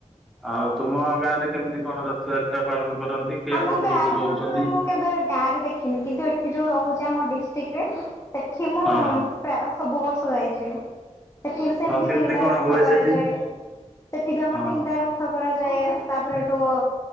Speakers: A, in the centre; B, on the left (about 25°).
A: ଆଉ ତୁମ ଗାଁରେ କେମିତି କଣ ରଥଯାତ୍ରା ପାଳନ କରନ୍ତି? କି
B: ଆମ
A: ଆପଣ
B: ଗାଁରେ
A: ଯୋଉଠି ରହୁଛନ୍ତି?
B: ଯୋଉଠୁ ମୁଁ, କେବେ ଗାଁ ରେ ଦେଖିନି, କିନ୍ତୁ ଏଠି ଯୋଉ ରହୁଛି ଆମ ଡିଷ୍ଟ୍ରିକ୍ଟ ରେ ସେଠି ମୁ
A: ହଁ,
B: ସବୁ ବର୍ଷ ଯାଇଛି। ସେଠି ବି ସେମିତି
A: ହଁ କେମିତି
B: ତିନିଟା
A: କଣ
B: ରଥ
A: ହୁଏ
B: କରାଯାଏ।
A: ସେଠି
B: ସେଠି ବି ଆମର
A: ହଁ
B: ତିନିଟା ରଥ, କରାଯାଏ ତାପରେଠୁ